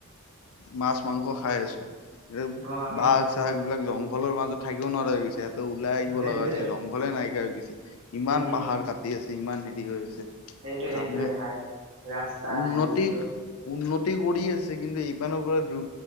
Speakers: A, on the left; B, on the right.
A: মাছ, মাংস খাই আছো। এই
B: অ আমি
A: বাঘ চাঘ
B: অ,
A: এইবিলাক জংঘলৰ মাজত থাকিবও নোৱাৰে। সিহঁতে ওলাই আহিব
B: সেইটোয়ে
A: লগা হৈছে। জংঘলে নাইকিয়া হৈ গৈছে ইমান
B: উম
A: পাহাৰ কাটি ইমান হেৰি হৈ আছে।
B: সেইটোয়ে
A: মানহে
B: সেইটোয়ে হাই ৰাস্তা
A: উন্নতি
B: হাইৱে
A: উন্নতি কৰি আছে। কিন্তু ইপানৰ পৰা দু